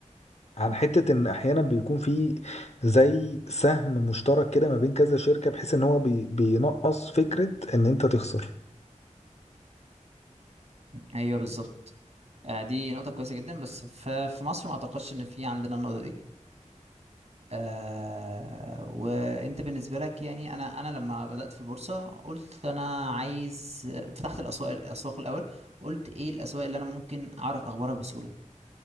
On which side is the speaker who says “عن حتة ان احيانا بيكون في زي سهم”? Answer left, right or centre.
Left